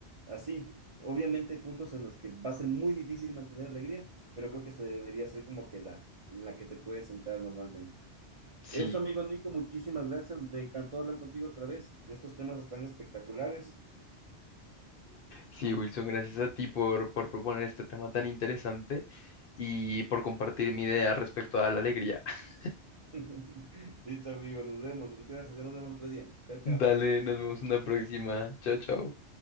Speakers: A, on the right; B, on the left.
A: así. Obviamente hay puntos en los que va a ser muy difícil mantener alegría, pero creo que se debería ser como que la, la que te puedes sentar normalmente.
B: Sí,
A: Eso, amigo Nico, muchísimas gracias. Me encantó hablar contigo otra vez. Estos temas están espectaculares.
B: sí, Wilson, gracias a ti por, por proponer este tema tan interesante y por compartir mi idea respecto a la alegría. <laughs>
A: <laughs> Listo, amigo, nos vemos. Muchas gracias. Ya nos vemos otro día. Chao, chao.
B: Dale, nos vemos en la próxima. Chao, chao.